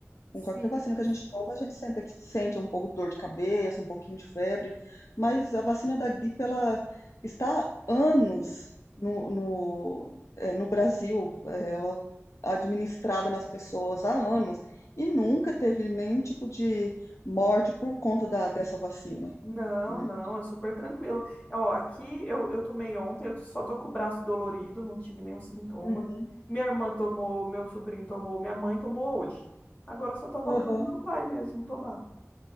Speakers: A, on the left (about 30°); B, on the left (about 65°).
A: Sim.
B: Com qualquer vacina que a gente toma, a gente sente, sente um pouco de dor de cabeça, um pouquinho de febre, mas a vacina da gripe, ela está há anos no, no, eh, no Brasil, eh, ela administrada nas pessoas há anos, e nunca teve nenhum tipo de morte por conta da, dessa vacina,
A: Não,
B: né?
A: não, é super tranquilo. Ó, aqui eu, eu tomei ontem, eu só tô com o braço dolorido, não tive nenhum sintoma.
B: Uhum.
A: Minha irmã tomou, meu sobrinho tomou, minha mãe tomou hoje. Agora só tá faltando
B: Aham.
A: meu pai mesmo tomar.